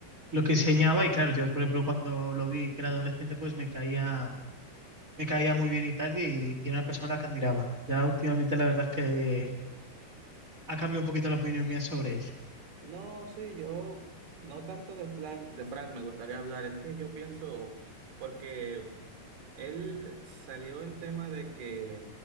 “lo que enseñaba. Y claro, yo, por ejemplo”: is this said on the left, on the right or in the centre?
Right